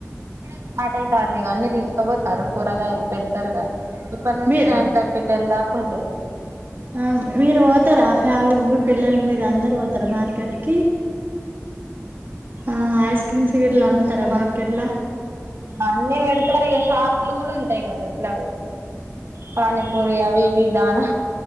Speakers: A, on the right; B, on the right.
A: ఇప్పుడే స్టార్ట్ అవుతంది ఇగ అన్ని తీసుకపోతారు కూరగాయలు పెడతారు ఇప్పటి నుంచి
B: మీ
A: నైన్ థర్టీ టెన్ దాకా ఉంటాయి
B: ఆ మీరు పోతారా ఫ్యామిలీ మీ పిల్లలు మీరు అందరుూ పోతారు మార్కెట్ కి ఆహా ఐస్ క్రీమ్స్ టికెట్లు అమ్ముతారా మార్కెట్లో
A: అన్ని పెడతారు ఇక షాపులు కూడా ఉంటాయి కదా ఎట్లా పానీపూరి అవి ఇవి దానా